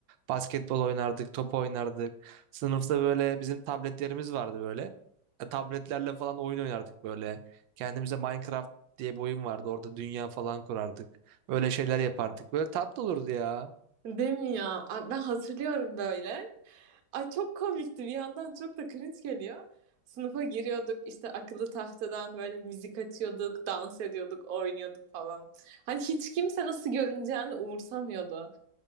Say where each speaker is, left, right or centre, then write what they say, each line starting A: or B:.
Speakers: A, on the right (about 80°); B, on the right (about 60°).
A: Basketbol oynardık, top oynardık. Sınıfta böyle bizim tabletlerimiz vardı böyle. E, tabletlerle falan oyun oynardık böyle. Kendimize Minecraft diye bir oyun vardı. Orada dünya falan kurardık. Öyle şeyler yapardık. Böyle tatlı olurdu ya.
B: Değil mi ya? Ay, Ben hatırlıyorum böyle. Ay çok komikti bir yandan çok da cringe geliyor. Sınıfa giriyorduk işte akıllı tahtadan böyle müzik açıyorduk, dans ediyorduk, oynuyorduk falan. Hani hiç kimse nasıl görüneceğini umursamıyordu.